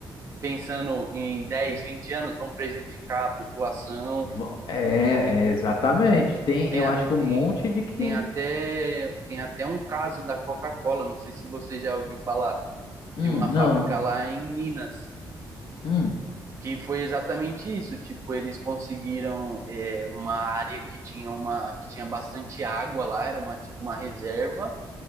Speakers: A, on the right; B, on the left.
A: pensando em 10 20 anos, vão prejudicar a população.
B: va- É, é, exatamente. Tem,
A: Tem,
B: eu
A: a-
B: acho que um
A: tem,
B: monte de que.
A: tem até, tem até um caso da Coca-Cola, não sei se você já ouviu falar de
B: Hum,
A: uma fábrica
B: não.
A: lá em Minas,
B: Hum,
A: que foi exatamente isso, tipo, eles conseguiram é, uma área que tinha uma que tinha bastante água lá, era uma tipo uma reserva,